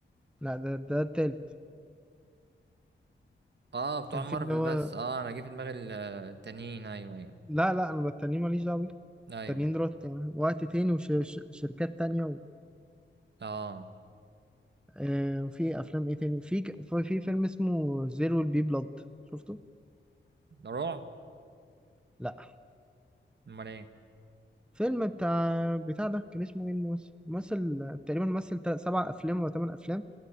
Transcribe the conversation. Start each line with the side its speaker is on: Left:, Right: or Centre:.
Centre: لا ده ده التالت
Right: اه بتوع
Centre: كان
Right: مارفل
Centre: فيه اللي هو
Right: بس اه انا جه في دماغي ال- آه، التانيين ايوه ايوه
Centre: لا لا أنا بالتانيين ماليش دعوة بيه
Right: ايوه
Centre: التانيين
Right: ايوه
Centre: دولت وقت تاني وشركات تانية و...
Right: اه
Centre: آه وفي أفلام إيه تاني في ك... في فيلم اسمه زيرو البي بلاد شفته؟
Right: ده رعب
Centre: لا
Right: امال ايه
Centre: فيلم بتاع بتاع ده كان اسمه إيه الممثل؟ ممثل تقريبا مثل تل- سبع أفلام ولا تمن أفلام